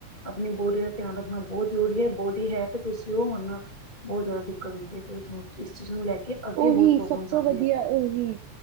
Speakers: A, on the left; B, on the right.
A: ਆਪਣੀ ਬੋਰੀ ਦਾ ਧਿਆਨ ਰੱਖਣਾ ਬਹੁਤ ਜ਼ਰੂਰੀ ਹੈ ਬਹੁਤ। ਹੈ ਤੇ ਤੁਸੀਂ ਉਹ ਆਨਾ ਬਹੁਤ ਜ਼ਿਆਦਾ ਦਿੱਕਤ ਹੁੰਦੀ ਹੈ ਇਸ ਚੀਜ਼ ਨੂੰ ਲੈ ਕੇ ਅੱਗੇ
B: ਉਹੀ
A: ਬਹੁਤ ਪ੍ਰੋਬਲਮਸ
B: ਸਭ ਤੋਂ
A: ਆਉਂਦੀਆਂ।
B: ਵਧੀਆ ਉਹੀ